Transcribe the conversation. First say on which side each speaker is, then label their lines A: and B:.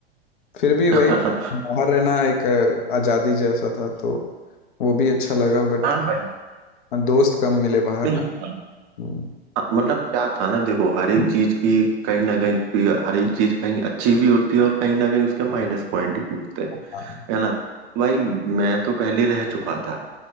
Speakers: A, on the left; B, on the right.
A: फिर भी
B: <laughs>
A: वही बाहर रहना एक अ, आज़ादी जैसा था तो वो भी अच्छा लगा बट
B: हाँ भाई
A: दोस्त कम मिले बाहर
B: नहीं
A: ना हम्म,
B: मतलब क्या था ना देखो हर एक चीज की कहीं ना कहीं कोई- हर एक चीज कहीं अच्छी भी होती है और कहीं ना कहीं उसके माइनस पॉइंट भी होते हैं
A: हाँ
B: है ना भाई मैं तो पहले रह चुका था